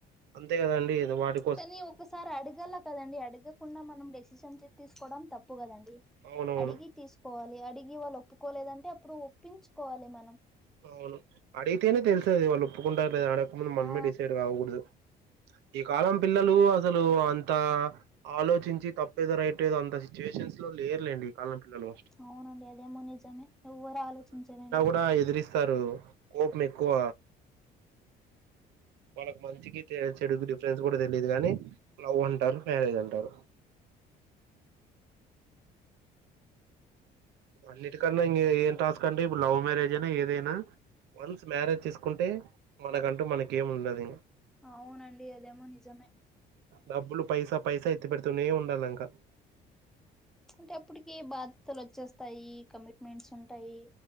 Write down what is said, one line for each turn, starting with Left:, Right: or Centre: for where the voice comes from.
Right: అంతే కదండి ఇదా వాడి
Centre: కానీ ఒకసారి అడగల్ల కదండి, అడగకుండా మనం డెసిషన్ కి తీసుకోవడం తప్పు కదండి.
Right: అవునవును
Centre: అడిగి తీసుకోవాలి అడిగి వాళ్ళు ఒప్పుకోలేదంటే అప్పుడు ఒప్పించుకోవాలి మనం.
Right: అవును అడిగితేనే తెలిసేది వాళ్ళు ఒప్పుకుంటారో లేదో, అడక్కముందు మనమే
Centre: ఆ
Right: డిసైడ్ కావకూడదు ఈ కాలం పిల్లలు అసలు అంత ఆలోచించి తప్పేదో రైట్ ఏదో అంత సిచ్యువేషన్స్ లో లేర్లేండి ఈ కాలం పిల్లలు.
Centre: అవునండి అదేమో నిజమే ఎవరు ఆలోచించరండి.
Right: నా ఎదురిస్ సరు కోపం ఎక్కువ వాళ్ళకి మంచికి చెడుకి డిఫరెన్స్ గుడా తెలీదూ కని, లవ్ అంటారు మ్యారేజ్ అంటారు. అన్నిటికన్నా ఇంగ ఏం టాస్కు అండి, ఇప్పుడు లవ్ మ్యారేజ్ నా ఏదైనా. వన్స్ మ్యారేజ్ చేసుకుంటే మనకంటూ మనకి ఏం ఉండది
Centre: అవునండి అదేమో నిజమే
Right: డబ్బులు పైసా పైస ఎత్తి పెడితూనే ఉండాల ఇంక
Centre: అంటే అప్పటికి బాధ్యతలు వచ్చేస్తాయి కమి మిల్స్ ఉంటాయి,